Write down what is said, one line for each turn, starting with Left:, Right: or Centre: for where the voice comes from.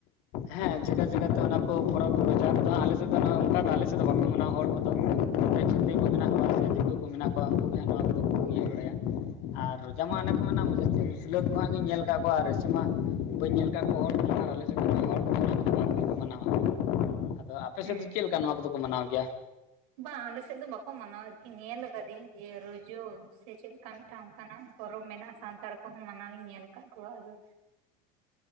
Left: ᱦᱮᱸ ᱡᱟᱭᱜᱟ ᱡᱟᱭᱜᱟᱛᱮ ᱚᱱᱟ ᱠᱚ ᱯᱚᱨᱚᱵᱽ ᱡᱟᱦᱟᱸ ᱠᱚᱫᱚ ᱟᱞᱮ ᱥᱮᱫ ᱫᱚ ᱚᱱᱠᱟ ᱫᱚ ᱟᱞᱮ ᱥᱮᱫ ᱫᱚ ᱵᱟᱠᱚ ᱢᱟᱱᱟᱣᱟ ᱦᱚᱲ ᱠᱚᱫᱚ ᱾ ᱛᱮ ᱪᱷᱟᱹᱛᱤᱠ ᱠᱚ ᱢᱮᱱᱟᱜ ᱠᱚᱣᱟ ᱥᱮ ᱫᱤᱠᱩ ᱠᱚ ᱢᱮᱱᱟᱜ ᱠᱚᱣᱟ ᱩᱱᱠᱩ ᱜᱮ ᱦᱟᱸᱜ ᱱᱚᱣᱟ ᱠᱚᱫᱚ ᱠᱚ ᱤᱭᱟᱹ ᱵᱟᱲᱟᱭᱟ ᱾ ᱟᱨ ᱨᱚᱡᱟ ᱢᱟ ᱚᱱᱮ ᱠᱚ ᱢᱮᱱᱟ ᱡᱟᱹᱥᱛᱤ ᱢᱩᱥᱞᱟ ᱠᱚᱦᱟᱸᱜ ᱜᱮᱧ ᱧᱮᱞ ᱟᱠᱟᱫ ᱠᱚᱣᱟ ᱟᱨ ᱤᱭᱥᱟᱹ ᱢᱟ ᱾ ᱵᱟᱹᱧ ᱧᱮᱞ ᱟᱠᱟᱫ ᱠᱚ ᱦᱚᱲ ᱟᱨ ᱟᱞᱮ ᱥᱮᱫ ᱫᱚ ᱵᱟᱝᱠᱚ ᱢᱟᱱᱟᱣᱟ ᱟᱫᱚ ᱟᱯᱮ
Right: ᱦᱩᱸ
Left: ᱥᱮᱫ ᱫᱚ ᱪᱮᱫ ᱞᱮᱠᱟ ᱱᱚᱣᱟ ᱠᱚᱫᱚ ᱠᱚ ᱢᱟᱱᱟᱣ ᱜᱮᱭᱟ?
Right: ᱵᱟᱝ ᱟᱞᱮ ᱥᱮᱫ ᱫᱚ ᱵᱟᱠᱚ ᱢᱟᱱᱟᱣᱟ ᱟᱨᱠᱤ ᱧᱮᱞ ᱟᱠᱟᱫᱤᱧ ᱡᱮ ᱨᱚᱡᱚ ᱥᱮ ᱪᱮᱫ ᱚᱱᱠᱟ ᱢᱤᱫᱴᱟᱝ ᱚᱱᱠᱟᱱᱟᱜ ᱯᱚᱨᱚᱵᱽ ᱢᱮᱱᱟᱜᱼᱟ ᱥᱟᱱᱛᱟᱲ ᱠᱚᱦᱚᱸ ᱢᱟᱱᱟᱣ ᱞᱤᱧ ᱧᱮᱞ ᱟᱠᱟᱫ ᱠᱚᱣᱟ ᱟᱫᱚ